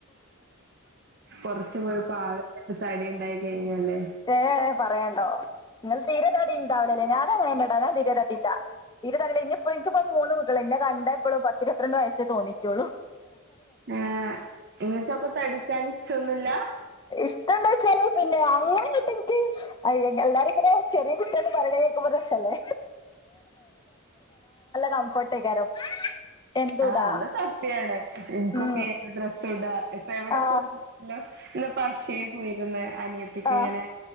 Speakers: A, on the right; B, on the left.
A: കൊറച്ച പോയി പാഴ എനിക്ക് തടി ഉണ്ടായിക്ക അല്ലേ
B: ഏ പറയണ്ടോ നിങ്ങൾ തീര തടി ഉണ്ടാവൂല്ല ല്ലേ ഞാന ങ്ങനെട തീരതടി ഇല്ല തീരെ തടില്ല നിന്നെ എനിക്ക് മൂന്ന് കുട്ടികളാണ് ഇന്ന് കണ്ട <unintelligible> എ എപ്പോഴും പത്തി രൂപത്രണ്ടു വയസ്സേ തോന്നിക്കോളൂ
A: ആ നിങ്ങക്കപ്പ തട ജനിച്ചൊന്നുമില്ല
B: ഇഷ്ടം എണ്ട വെച്ചാല് പിന്നെ അങ്ങനിട്ട് എനിക്ക് എല്ലാരും ഇങ്ങനെ ചെറിയ കുട്ടിയന്ന് പറയണകേക്കുമ്പതന്നെ കംഫർട്ട് ആയിക്കാരം എന്തുടാ
A: ആ അത് സത്യണ് എനിക്കൊക്ക
B: ഉം
A: ഏ ഡ്രസ് ഇടാ ഇപ്പൊ എവിടെ
B: ആ
A: പോയിലോ ഇന്നിപ്പോ അക്ഷയിൽ പോയിരുന്നു അനിയത്തി
B: ആ
A: ങ്ങനെ